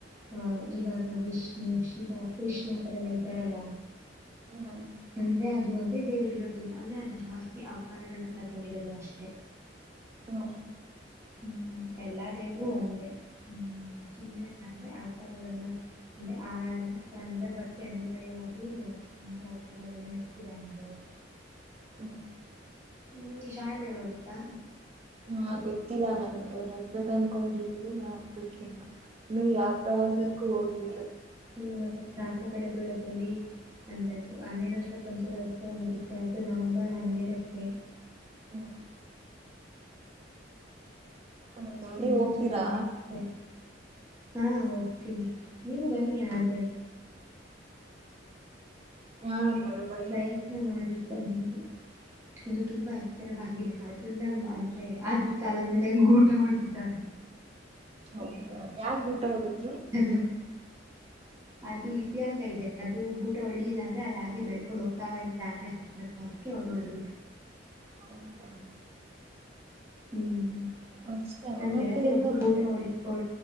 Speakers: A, on the right (about 15°); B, on the right (about 35°).
A: ಹ ಇವಾಗ ವಿಷ್ಣು ಶಿವ ಕೃಷ್ಣ ಅತ್ರರೆ ಎಲ್ಲ ಇದ್ದಾರಲ್ಲ
B: ಹ್ಮ್
A: ಅಂದ್ರೆ ಅದು ಒಂದೇ ದೇವರು ಇರೋದು ಅಂದ್ರೆ ಅದು ಜಾಸ್ತಿ ಅವತಾರಗಳನ್ನ ತಗೊಂಡಿರೋದು ಅಷ್ಟೇ
B: ಹಾ
A: ಹ್ಮ್ ಎಲ್ಲಾ ದೇವರು ಒಂದೇ ಹ್ಮ್ ಸು್ನೆ ಅಂದ್ರೆ ಅವತರಗಳನ್ನ ಅೆ ಆ ಸಂದರ್ಭಕ್ಕೆ ಅನಿವಾರ್ಯವಾಗಿ ನಿೆ ಅವತರಗಳನ್ನ ಇಟ್ಟಿದ್ದಾನ ದವರು
B: ಹ್ಮ್
A: ಹ್ಮ ನಿಮ್ಗೆ ಶಾಣಬಳ್ಳೆೊಳ ಗೊತ್ತಾ
B: ಹಾ ಗೊತ್ತಿಲ್ಲ ನನ್ಗೆ ಹೋಗ್ಬೇಕ ಅನ್ಕೊಂಡಿದೀವಿ ನಾಡ್ಬೇಕ ಇನ್ನು ಇ ಯಾವ ಪ್ರವಾಸಕ್ಕೂ ಹೋಗಲಿಲ್ಲ
A: ್ಮ ಮ ಸ್ಪನ ಬೆಳೆಗೊಳ್ಳೋದಲ್ಲಿ ಅಂದ ಹನ್ನೆರಡು ವರ್ಷಕ್ಕೊಂದ್ಸಲ ಉತ್ಸವ ನಡೆಯುತ್ತೆ ಅದು ನವೆಂಬರ್ ಹನ್ನೆರಡಕ್ಕೆ
B: ಹ್ಮ್ ಹೌದಾ
A: ತುಂಬಾ
B: ನೀವ್ ಹೋಗ್ತೀರಾ
A: ಚೆನ್ನಾಗಿತ್ತೆ ಹಾ ಹೋಗ್ತೀವಿ ನೀವು ಬನ್ನಿ ಆದೆ
B: ಹಾ ಬರಬರ
A: ಪ್ರಯತ್ನ ಮಾಡಿ ಬಂದು ಅದು ತುಂಬಾ ಎಕರವಾಗಿದೆ ಅ ದು ನಮ್ಮ ಅಂದ್ರೆ ಅದ್ರ ತಲೆ ಮೇಲೆ ಹೆಂಗ ಊಟ ಮಾಡಡ್ತಿದ್ದಾರೆ
B: ಹೌ ಯಾಕ ಊಟ ಉಡುತ್ತ
A: ಎಲ್ಲ ಅದು ವ್ಯತ್ಯಾಸ ಇದೆ ಅದು ಗುಟಾ ಹೊಡಿಲಿಲ್ಲ ಅಂದ್ರೆ ಅದ ಹಾಗೆ ಬೆಳ್ಕೊಂಡು ಹೋಗ್ತಾ ಇರುತ್ತೆ ಆಕಷ್ಟ ಅದಕ್ಕೆ ಹೊಡದ್ ಬಿು
B: ಪರಂತ <unintelligible>
A: ಹ್ಮ್
B: ಅಷ್ಟೇನಾ
A: ನನ್
B: ಮತ್ತೆ
A: ಗೆಳತಿ
B: ಇನ್ನು
A: ಒಬ್ಟ್ಟು ಗುಟಾ ಓಡಿ ಓ